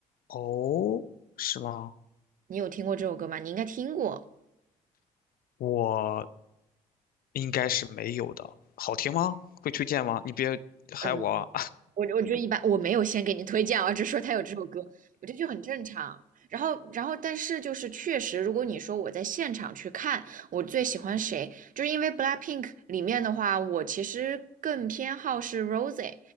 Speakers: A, on the left; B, on the right.
A: 哦，是吗？
B: 你有听过这首歌吗？你应该听过。
A: 我应该是没有的。好听吗？会推荐吗？你别害我啊
B: 嗯，我我觉得一般，我没有先给你推荐啊，只是说他有这首歌，我觉得就很正常。然后，然后，但是就是确实，如果你说我在现场去看，我最喜欢谁，就是因为 BLACKPINK 里面的话，我其实更偏好是 r o s e